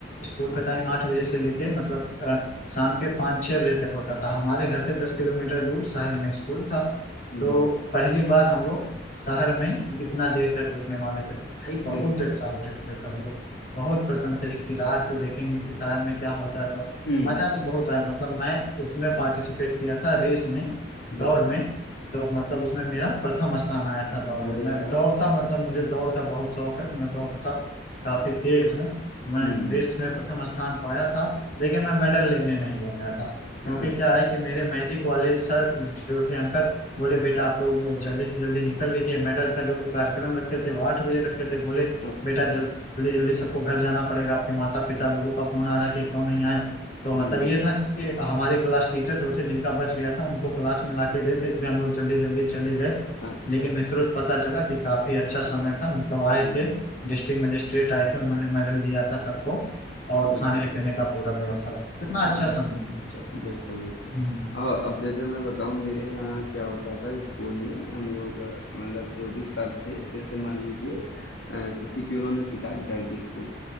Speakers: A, on the left; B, on the left.
A: स्कूल
B: अच्छा।
A: का टाइम आठ बजे से लेके मतलब अ, शाम के पाँच छः बजे तक होता था हमारे घर से दस किलोमीटर दूर शहर में स्कूल था
B: हुँ,
A: तो पहली बार हम लोग शहर में इतना देर तक रुकने वाले थे भाई बहुत
B: बिल्कुल।
A: एक्साइटेड थे सब लोग बहुत पसंद थे कि रात को देखेंगे कि शहर में क्या होता है तो
B: हुँ,
A: मजा तो बहुत आया मतलब मैं उसमें पार्टिसिपेट किया था रेस में
B: बिल्कुल।
A: दौड़ में तो मतलब उसमें मेरा प्रथम स्थान आया था दौड़ में
B: अरे
A: मैं
B: वाह!
A: दौड़ता मतलब मुझे दौड़ का बहुत शौक है तो मैं दौड़ता काफी तेज हूँ मैं
B: हुँ,
A: रेस में प्रथम स्थान पाया था लेकिन मैं मेडल लेने नहीं गया था क्योंकि
B: अच्छा,
A: क्या है कि मेरे मैजिक वाले सर जो थे अंकल बोले बेटा आप लोग जल्दी जल्दी निकल लीजिए मेडल का जो कार्यक्रम रखे थे वो आठ बजे रखे थे बोले
B: अच्छा।
A: बेटा जल्दी जल्दी सबको घर जाना पड़ेगा आपके माता पिता लोगों का फोन आ रहा है कि क्यों नहीं आए तो मतलब
B: हुँ,
A: ये था कि हमारे क्लास टीचर जो थे जिनका बच गया था उनको क्लास में ला के देते इसलिए हम लोग जल्दी जल्दी चले गए
B: अच्छा।
A: लेकिन मित्रों से पता चला कि काफी अच्छा समय था मतलब आए
B: हुँ,
A: थे डिस्ट्रिक्ट मजिस्ट्रेट आए थे उन्होंने मेडल दिया था सबको और
B: बिल्कुल।
A: खाने पीने का पूरा व्यवस्था कितना अच्छा
B: हुँ।
A: समय था उनसे।
B: बिल्कुल, बिल्कुल।
A: हम्म
B: और अब जैसे मैं बताऊँ मेरे यहाँ क्या होता था स्कूल में हम लोग अ, मतलब जो भी सर थे जैसे मान लीजिए अ, किसी की उन्होंने पिटाई कर दी खूब